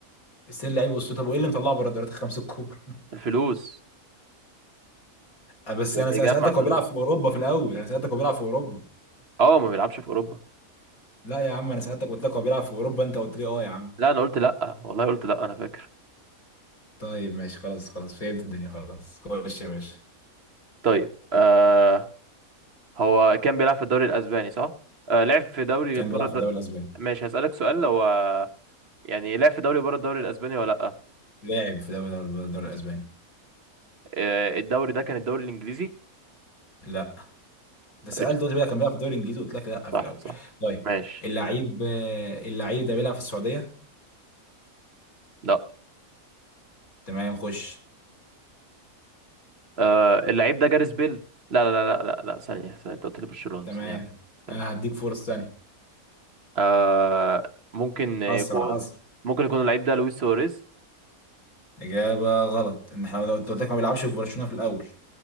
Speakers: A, on the left (about 75°); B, on the right (about 50°).
A: ستيل لعيب اسطوري طب وايه اللي مطلعه بره الدوريات الخمس الكبرى
B: الفلوس
A: <laughs> آه، بس
B: بي-
A: انا
B: بيجمع
A: سالتك
B: فلوس
A: هو بيلعب في اوروبا في الاول انا سالتك هو بيلعب في اوروبا
B: اه ما بيلعبش في اوروبا
A: لا يا عم انا سالتك قلت لك هو بيلعب في اوروبا انت قلت لي اه يا عم
B: لا انا قلت لا والله قلت لا انا فاكر
A: طيب ماشي خلاص خلاص فهمت الدنيا خلاص خش يا باشا
B: طيب آه هو كان بيلعب في الدوري الاسباني صح آه لعب في دوري
A: كان
B: بره
A: بيلعب
B: الد...
A: في الدوري الاسباني
B: ماشي هسألك سؤال هو يعني لعب في دوري بره الدوري الاسباني ولا لا
A: لاعب في دوري الدوري الاسباني
B: آه، الدوري ده كان الدوري الانجليزي
A: لا ده سالت
B: قشطة.
A: قلت لي لا، كان بيلعب في الدوري الانجليزي قلت لك لا في
B: صح
A: الاول
B: صح
A: طيب
B: ماشي
A: اللعيب آه، اللعيب ده بيلعب في السعوديه
B: لا
A: تمام خش
B: آه، اللعيب ده جاريث بيل لا لا لا لا لا لا ثانية ثانية انت قلت لي برشلونة
A: تمام
B: ثانية ثانية
A: انا هديك فرصة ثانية
B: آه ممكن يكون
A: اسرع اسرع
B: ممكن يكون اللعيب ده لويس سواريز
A: اجابة غلط ان احنا قلت قلت لك ما بيلعبش في برشلونة في الاول